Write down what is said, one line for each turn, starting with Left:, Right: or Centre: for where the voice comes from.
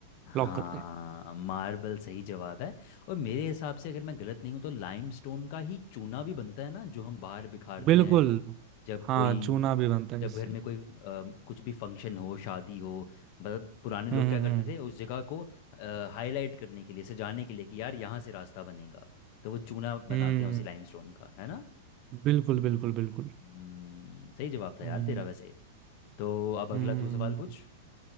Left: हाँ
Right: लॉक करते हैं
Left: मार्बल सही जवाब है और मेरे हिसाब से अगर मैं गलत नहीं हूँ तो लाइमस्टोन का ही चूना भी बनता है ना जो हम बाहर बिखारते
Right: बिल्कुल
Left: हैं जब
Right: हाँ
Left: कोई
Right: चूना भी बनता है
Left: जब
Right: इससे
Left: घर में कोई अ, कुछ भी फंक्शन हो शादी हो मतलब पुराने लोग
Right: हम्म
Left: क्या करते
Right: हम्म
Left: थे उस जगह को हाईलाइट करने के लिए सजाने के लिए कि यार यहाँ से रास्ता बनेगा तो वो चूना बनाते
Right: हम्म
Left: हैं उसी
Right: हम्म,
Left: लाइमस्टोन का है ना
Right: बिल्कुल बिल्कुल बिल्कुल
Left: हम्म सही जवाब था
Right: हम्म
Left: यार तेरा वैसे तो अब अगला
Right: हम्म
Left: तू सवाल पूछ